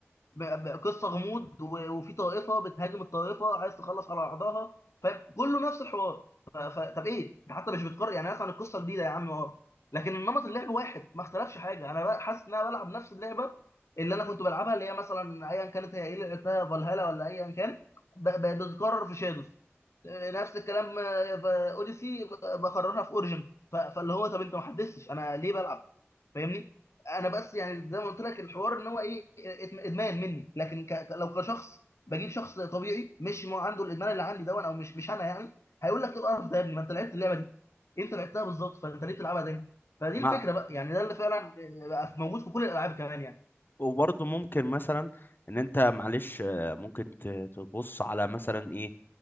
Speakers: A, on the left; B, on the left.
A: ب- ب- قصه غموض و- وفي طائفه بتهاجم الطائفه عايز تخلص على بعضها فاهم كله نفس الحوار ف- ف- طب ايه انت حتى مش بتكرر يعني مثلا القصه جديده يا عم اه لكن النمط اللعب واحد ما اختلفش حاجه انا بقى حاسس ان انا بلعب نفس اللعبه اللي انا كنت بلعبها اللي هي مثلا ايا كانت هي ايه اللي لعبتها فالهالا ولا ايا كان ب- ب- بتتكرر في شادوز نفس الكلام آه، ب- اوديسي ب- بكررها في اوريجن ف- فاللي هو طب انت ما حدثتش انا ليه بلعب فاهمني انا بس يعني زي ما قلت لك الحوار ان هو ايه إت- ادمان مني لكن ك... لو كشخص بجيب شخص طبيعي مش ما عنده الادمان اللي عندي ده او مش مش انا يعني هيقول لك ايه القرف ده يا ابني ما انت لعبت اللعبه دي انت لعبتها بالظبط فانت ليه بتلعبها تاني فدي
B: ما
A: الفكره بقى يعني ده اللي فعلا آه، بقى موجود في كل الالعاب كمان يعني
B: وبرضه ممكن مثلا ان انت معلش آه، ممكن ت- تبص على مثلا ايه